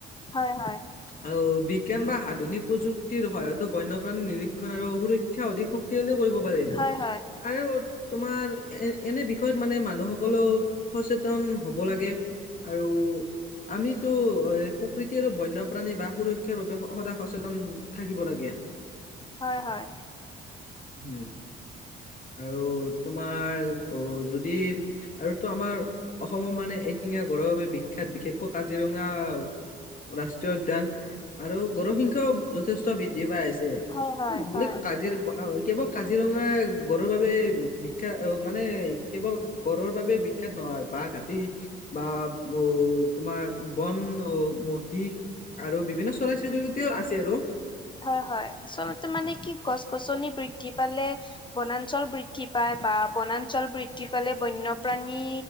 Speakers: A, on the left; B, on the left.
A: হয় হয়।
B: আৰু বিজ্ঞান বা আধুনিক প্ৰযুক্তিৰ সহায়তো বন্যপ্ৰাণী নিৰীক্ষণ আৰু সুৰক্ষা অধিক শক্তি থ কৰিব পাৰে
A: হয় হয় হয়
B: আৰু তোমাৰ এ এনে বিষয়ত মানে মানুহসকলেও সচেতন হ'ব লাগে। আৰু আমিতো প্ৰৃতি আৰু বন্যপ্ৰাণী বা সুৰক্ষাৰ বাবে সদায় সচেতন থাকিব লাগে।
A: হয় হয়।
B: উ <inaudible> আৰু তোমাৰ অ যদি আৰু তো আমাৰ অসমৰ মানে এঠিঙা গঁড়ৰ বাবে বিখ্যাত বিশেষকৈ কাজিৰঙা ৰাষ্ট্ৰীয় উদ্যান আৰু গঁড় সংখ্যাও যথেষ্ট বৃদ্ধি পাই আছে।
A: হয় হয়।
B: বোলে
A: হয়
B: কাজিৰ কেৱল কাজিৰঙা গঁড়ৰৰ বাবে বিখ্যা মানে কেৱল গঁড়ৰৰ বাবে বিখ্যাত নহয় বাঘ, হাতী বা অ তোমাৰ বন অ মহি আৰু বিভিন্ন চৰাই চিৰিকতিও আছে আৰু।
A: হয় হয় আচলতে মানে কি গছ গছনি বৃদ্ধি পালে বনাঞ্চল বৃদ্ধি পায় বা বনাঞ্চল বৃদ্ধি পালে বন্যপ্ৰাণী